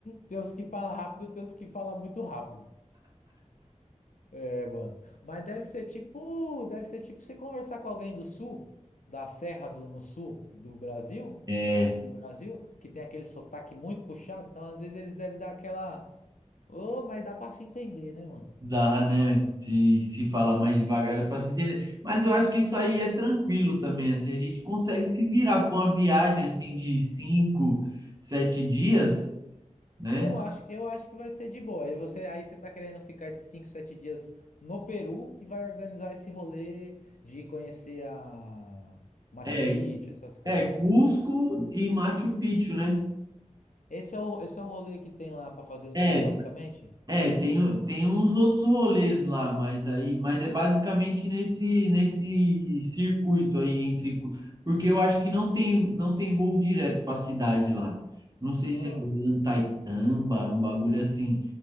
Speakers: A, on the left; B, on the right.
A: tem uns que falam rápido, tem uns que falam muito rápido. É, mano. Mas deve ser tipo, deve ser tipo você conversar com alguém do sul, da Serra do no sul do Brasil,
B: É,
A: aqui do Brasil, que tem aquele sotaque muito puxado, então às vezes eles devem dar aquela, ô, mas dá pra se entender, né, mano?
B: Dá, né? Se, se falar mais devagar, é para se entender. Mas eu acho que isso aí é tranquilo também, assim, a gente consegue se virar para uma viagem assim de cinco, sete dias, né?
A: Eu acho que eu acho que vai ser de boa. Aí você, aí você tá querendo ficar esses 5, 7 dias no Peru e vai organizar esse rolê de conhecer a Machu
B: É,
A: Picchu, essas coisas.
B: é Cusco e Machu Picchu, né?
A: Esse é o, esse é o rolê que tem lá pra fazer no
B: É,
A: Peru, basicamente?
B: É, tem, o- tem uns outros rolês lá, mas aí, mas é basicamente nesse nesse circuito aí entre, Cu- porque eu acho que não tem não tem voo direto para a cidade lá. Não sei
A: Ah.
B: se é Antaitamba, um bagulho assim,